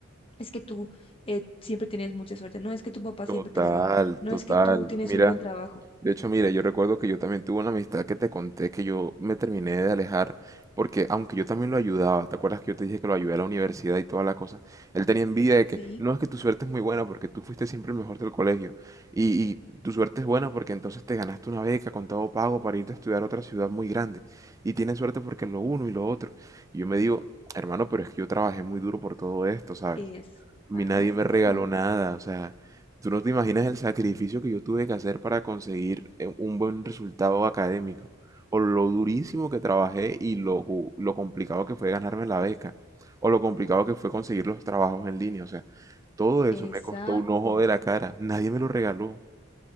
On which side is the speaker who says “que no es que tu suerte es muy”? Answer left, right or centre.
Right